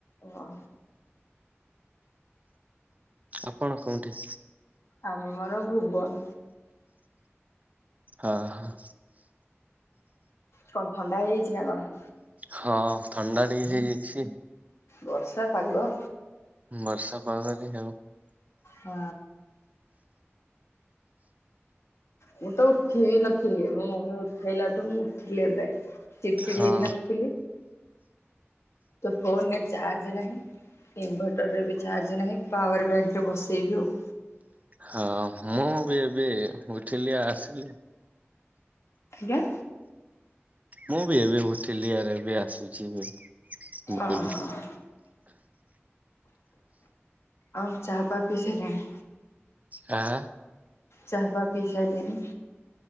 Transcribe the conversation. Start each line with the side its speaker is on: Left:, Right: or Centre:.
Left: ଓ।
Right: ଆପଣ କୋଉଠି?
Left: ଆମର ଭୁବନ।
Right: ଆ ହଁ।
Left: କଣ ଥଣ୍ଡା ହେଇଯାଇଛି ନା କଣ?
Right: ହଁ ଥଣ୍ଡା ଟିକେ ହେଇଯାଇଛି।
Left: ବର୍ଷା ପାଗ।
Right: ବର୍ଷା ପର୍ଷା ପଡିଲାଣି ହେଉ।
Left: ହଁ। ମୁଁ ତ ଉଠିିବି ନଥିଲି ମୋ ମମି ଉଠେଇଲାଠୁ ମୁଁ ଉଠଥିଲି ଏବେ। ଚିଡ଼ ଚିଡି
Right: ହଁ
Left: ହେଇକିନା ଉଠିଲି। ତୋ ଫୋନରେ ଚାର୍ଜ ନାହିଁ? ଇନଭର୍ଟରରେ ବି ଚାର୍ଜ ନାହିଁ ପାୱାର ବ୍ୟାଙ୍କରେ ବସେଇବି ଆଉ।
Right: ହଁ ମୁଁ ବି ଏବେ ଉଠିଲି ଆସିଲି।
Left: ଜ୍ଞା?
Right: ମୁଁ ବି ଏବେ ଉଠିଲି ରାବେ ବି ଏବେ ଆସୁଛି। ବୋଲି
Left: ଓହୋ। ଆଉ ଚା ପା ପି ସାଇଲଣି?
Right: ତା
Left: ଚାହା ଫା ପି ସାଇଲେଣି?